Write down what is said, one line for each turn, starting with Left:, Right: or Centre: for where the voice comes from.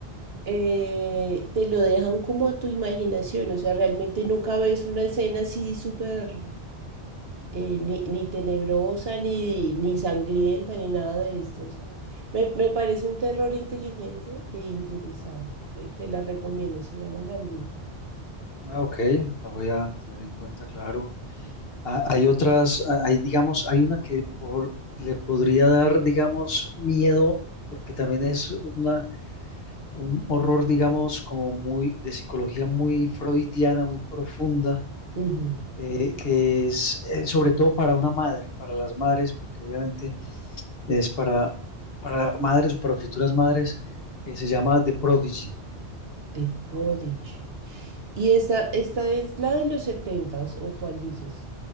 Right: eh, te lo dejan como a tu imaginación, o sea, realmente nunca ves una escena así súper eh, ni, ni tenebrosa, ni, ni sangrienta, ni nada de esto, o sea, me, me parece un terror inteligente e interesante, te, te la recomiendo, se llama La Bruja.
Left: ah, ok, la voy a tener en cuenta, claro. Ah, hay otras, ah, hay, digamos, hay una que por, le podría dar, digamos, miedo, porque también es una un horror, digamos, como muy de psicología muy freudiana, muy profunda,
Right: Ujú.
Left: eh, que es eh, sobre todo para una madre, para las madres, porque obviamente es para, para madres o para futuras madres, que se llama The Prodigy.
Right: The Prodigy. ¿Y esta, esta es la de los setentas o cuál dices?